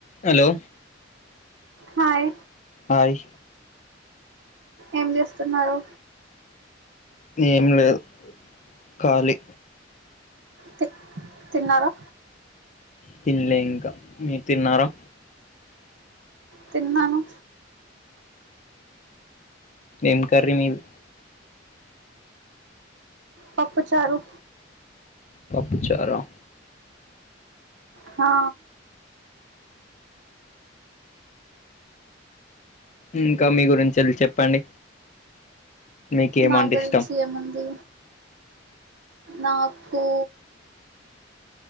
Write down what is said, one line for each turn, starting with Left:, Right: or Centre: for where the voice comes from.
Left: హలో
Right: హాయ్
Left: హాయ్
Right: ఏం చేస్తున్నారు
Left: ఏం లేదు ఖాళీ
Right: తి తిన్నారా
Left: తిన్లే ఇంకా మీరు తిన్నారా
Right: తిన్నాను
Left: ఏం కర్రీ మీది
Right: పప్పుచారు
Left: పప్పుచార
Right: హా
Left: ఇంకా మీ గురించెల్లి చెప్పండి మీకేమంటే
Right: నా గురించి
Left: ఇష్టం
Right: ఏముంది నాకు